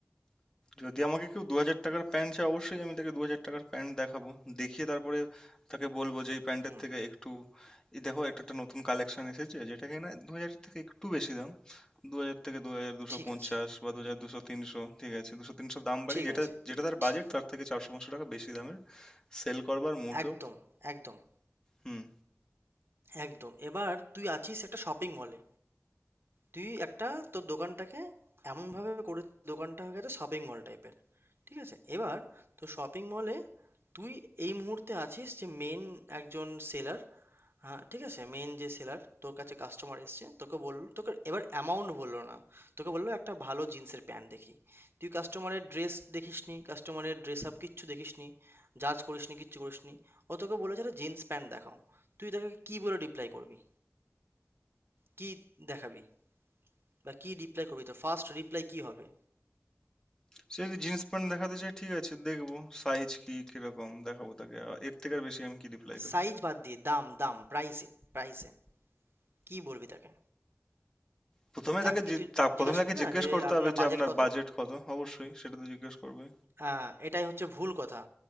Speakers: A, on the left; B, on the right.
A: যদি আমাকে কেউ দু হাজার টাকার প্যান্ট চায় অবশ্যই আমি তাকে দু হাজার টাকার প্যান্ট দেখাবো দেখিয়ে তারপরে তাকে বলবো যে এই প্যান্টের
B: হুম
A: থেকে একটু এই দেখো এটা একটা নতুন কালেকশন এসেছে যেটা কিনা দু হাজার থেকে একটু বেশি দাম দু হাজার থেকে দু হাজার দুশো
B: ঠিক
A: পঞ্চাশ
B: আছে
A: বা দু হাজার দুশো তিনশো ঠিক আছে দুশো তিনশো দাম বাড়ি
B: ঠিক
A: যেটা
B: আছে
A: যেটা তার
B: ঠি-
A: বাজেট তার থেকে চারশো পাঁচশো টাকা বেশি দামের সেল করবার মোটো
B: একদম একদম
A: হুম
B: একদম এবার তুই আছিস একটা শপিং মলে তুই একটা তোর দোকানটাকে এমনভাবে করে দোকানটা হয়ে গেছে শপিং মল টাইপের ঠিক আছে এবার তো শপিং মলে তুই এই মুহূর্তে আছিস যে মেন একজন সেলার হ্যাঁ ঠিক আছে মেন যে সেলার তোর কাছে কাস্টমার এসছে তোকে বললো তোকে এবার অ্যামাউন্ট বললো না তোকে বললো একটা ভালো জিন্সের প্যান্ট দেখি তুই কাস্টমারের ড্রেস দেখিসনি কাস্টমারের ড্রেস আপ কিচ্ছু দেখিসনি জাজ করিসনি কিচ্ছু করিসনি ও তোকে বলেছে একটা জিন্স প্যান্ট দেখাও তুই তাকে কি বলে রিপ্লাই করবি কি দেখাবি বা কি রিপ্লাই করবি তো ফার্স্ট রিপ্লাই কি হবে
A: সে যদি জিন্স প্যান্ট দেখাতে চায় ঠিক আছে দেখবো সাইজ কি কিরকম দেখাবো তাকে আহ, এর থেকে আর বেশি আমি কি রিপ্লাই দেবো
B: সাইজ বাদ দিয়ে দাম দাম প্রাইসে প্রাইসে কি বলবি তাকে
A: প্রথমে
B: তাকে
A: তাকে জি-
B: তুই
A: তা- প্রথমে
B: জিজ্ঞাসা
A: তাকে
B: করবি
A: জিজ্ঞেস
B: না যে
A: করতে
B: আপনার
A: হবে যে
B: বাজেট
A: আপনার
B: কত
A: বাজেট কত অবশ্যই সেটা তো জিজ্ঞেস করবে
B: হ্যাঁ, এটাই হচ্ছে ভুল কথা।